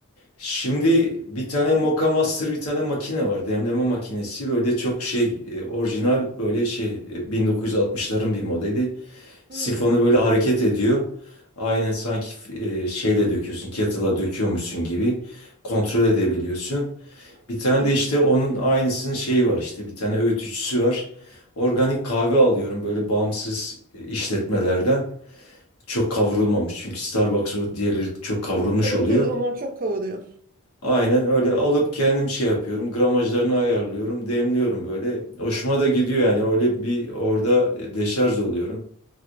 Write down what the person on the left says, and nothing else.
şimdi bir tane Moka Master bir tane makine var demleme makinesi böyle çok şey e, orijinal böyle şey e, 1960'ların bir modeli.
Sifonu böyle hareket ediyor. Aynen sanki e, şeyle döküyorsun, kettle'a döküyormuşsun gibi kontrol edebiliyorsun. Bir tane
de işte onun aynısının şeyi var işte bir tane öğütücüsü var. Organik kahve alıyorum böyle bağımsız e, işletmelerden. Çok kavrulmamış çünkü Starbucks o diğerleri çok kavrulmuş
oluyor.
Aynen öyle alıp kendim şey yapıyorum. Gramajlarını ayarlıyorum, demliyorum böyle. Hoşuma da gidiyor yani öyle bir orada e, deşarj oluyorum.